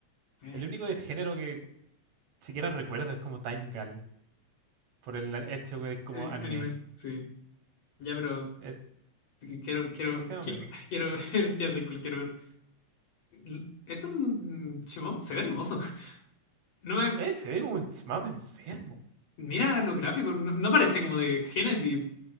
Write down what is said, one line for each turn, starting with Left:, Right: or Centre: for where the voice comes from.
Left: eh,
Right: El único del género que siquiera recuerdo, es como Time Gal, por el hecho que es como
Left: eh,
Right: anime.
Left: anime, sí. Ya, pero...
Right: Eh,
Left: Que Quiero, quiero,
Right: sigamos
Left: quiero,
Right: viendo.
Left: <laughs> quiero ver, ya sé cuál quiero ver. L- Esto es un shmup, se ve hermoso. <laughs> No me,
Right: Eh, se ve como un mapa enfermo.
Left: mira los gráficos, no, no parece como de Genesis,